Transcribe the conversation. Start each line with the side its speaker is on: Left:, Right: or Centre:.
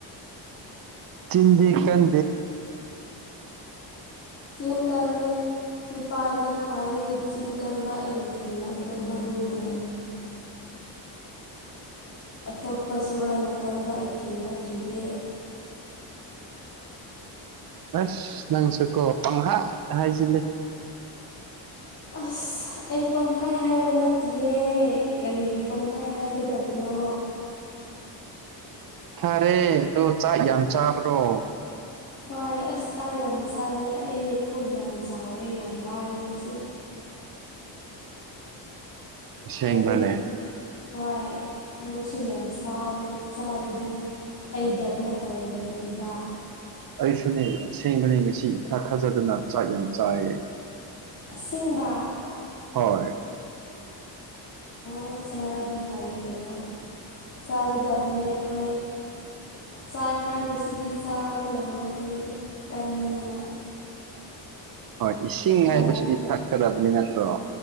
Right: ꯆꯤꯟꯗꯤ ꯀꯟ
Left: ꯆꯤꯟ ꯀꯜꯂꯦ ꯅꯨꯄꯥꯗ ꯈ꯭ꯋꯥꯏꯗꯒꯤ ꯆꯤꯟ ꯀꯟꯕ ꯑꯩꯅ ꯊꯦꯡꯅꯕꯗ ꯅꯪꯅꯤꯅꯦ ꯑꯇꯣꯞꯄ ꯁꯨꯃꯥꯏꯅ ꯀꯟꯕ ꯑꯩ ꯊꯦꯡꯅꯗ꯭ꯔꯤꯌꯦ
Right: ꯑꯁ ꯅꯪꯁꯨꯀꯣ ꯄꯪꯍꯥꯏꯗ ꯍꯥꯏꯖꯤꯜꯂꯦ
Left: ꯑꯁ ꯑꯩ ꯄꯪꯍꯥꯏ ꯍꯥꯏꯕ ꯅꯠꯇꯤꯌꯦ ꯀꯔꯤꯒꯤ ꯄꯪꯍꯥꯏ ꯍꯥꯏꯒꯗꯕꯅꯣ
Right: ꯐꯔꯦ ꯑꯗꯣ ꯆꯥꯛ ꯌꯥꯝ ꯆꯥꯕꯔꯣ
Left: ꯍꯣꯏ ꯑꯁ ꯆꯥꯛ ꯌꯥꯝ ꯆꯥꯏꯌꯦ ꯑꯩ ꯄꯨꯛ ꯌꯥꯝ ꯆꯥꯎꯔꯦ ꯌꯥꯝ ꯋꯥꯔꯦ ꯉꯁꯤ
Right: ꯑꯁꯦꯡꯕꯅꯦ
Left: ꯅꯪꯗꯤ ꯍꯣꯏ ꯅꯪꯁꯨ ꯌꯥꯝ ꯆꯥꯕꯔ ꯆꯥꯔꯗꯤ ꯑꯩꯗꯧꯅ ꯇꯧꯔꯝꯒꯅꯤꯗꯥ
Right: ꯑꯩꯁꯨꯅꯦ ꯑꯁꯦꯡꯕꯅꯦ ꯉꯁꯤ ꯏꯊꯥ ꯊꯥꯖꯗꯅ ꯆꯥꯛ ꯌꯥꯝ ꯆꯥꯏꯌꯦ
Left: ꯑꯁꯦꯡꯕꯥ
Right: ꯍꯣꯏ
Left: ꯑꯣ ꯆꯥꯔꯗꯤ ꯐꯔꯦ ꯀꯩꯅꯣ ꯆꯥꯒꯗꯕꯅꯦ ꯑꯩꯈꯣꯏ ꯆꯥꯛ ꯍꯥꯏꯕꯁꯤꯗꯤ ꯆꯥꯒꯗꯕꯅꯦ ꯑꯩꯈꯣꯏ ꯀꯟꯅꯤꯡꯉꯥꯏ
Right: ꯍꯣꯏ ꯏꯁꯤꯡ
Left: ꯀꯣ
Right: ꯍꯥꯏꯕꯁꯤꯗꯤ ꯊꯛꯀꯗꯕꯅꯦ ꯅꯠꯇ꯭ꯔꯣ